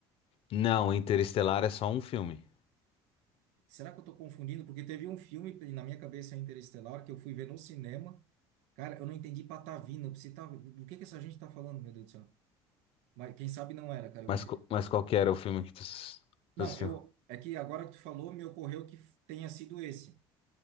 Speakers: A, on the left; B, on the right.
A: Não, Interestelar é só um filme.
B: Será que eu tô confundindo? Porque teve um filme na minha cabeça Interestelar que eu fui ver no cinema. Cara, eu não entendi patavina. Você tá, do que que essa gente tá falando, meu Deus do céu? Mas quem sabe não era, cara,
A: Mas,
B: o Interestelar.
A: co- mas qual que era o filme que tu,
B: Não,
A: tu assistiu?
B: eu é que agora que tu falou, me ocorreu que tenha sido esse.